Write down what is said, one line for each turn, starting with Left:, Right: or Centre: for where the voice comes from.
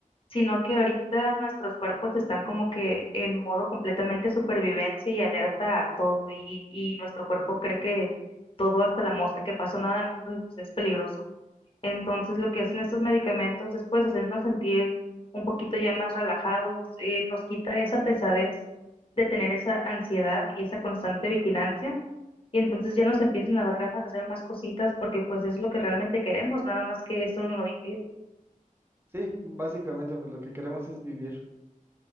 Left: sino que ahorita nuestros cuerpos están como que en modo completamente supervivencia y alerta a todo, y, y nuestro cuerpo cree que todo, hasta la mosca que pasa nada de nosotros, es peligroso. Entonces lo que hacen estos medicamentos es pues hacernos sentir un poquito ya más relajados, eh, nos quita esa pesadez de tener esa ansiedad y esa constante vigilancia. Y entonces ya nos empiezan a dar ganas de hacer más cositas porque pues es lo que realmente queremos, nada más que esto nos lo impide.
Right: Sí, básicamente pues lo que queremos es vivir